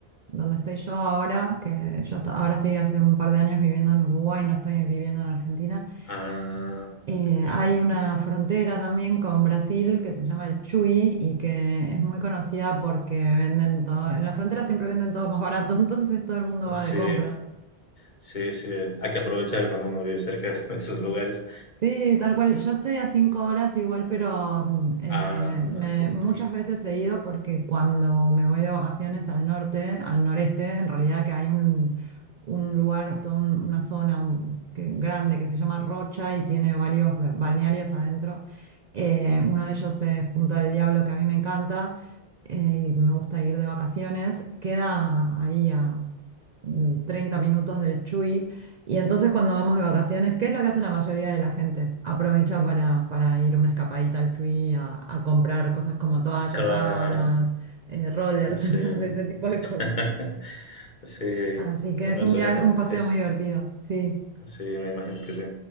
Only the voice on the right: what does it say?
donde estoy yo ahora, que yo hasta- ahora estoy hace un par de años viviendo en Uruguay, no estoy viviendo en Argentina,
eh,
hay
una frontera también con Brasil que se llama el Chuy y que es muy conocida porque venden todo, en la frontera siempre venden todo más barato, <laughs> entonces todo el mundo va
de compras.
Sí, tal cual. Yo estoy a cinco horas igual, pero mm, eh,
me-
muchas
veces he ido porque cuando me voy de vacaciones al norte, al noreste, en realidad que hay un, un lugar, toda un- una zona un- que- grande que se llama Rocha y tiene varios ba- balnearios adentro. Eh, uno de ellos es Punta del Diablo, que a mí me encanta eh, y me gusta ir de vacaciones. Queda ahí a mm, 30 minutos del Chuy y entonces cuando vamos de vacaciones, ¿qué es lo que hace la mayoría de la gente? Aprovecha para, para ir una escapadita al Chuy, a, a comprar cosas como toallas,
sábanas, eh, rollers,
<laughs> no sé, ese tipo de
cosas.
Así que
es
un viaje, un paseo
muy divertido, sí.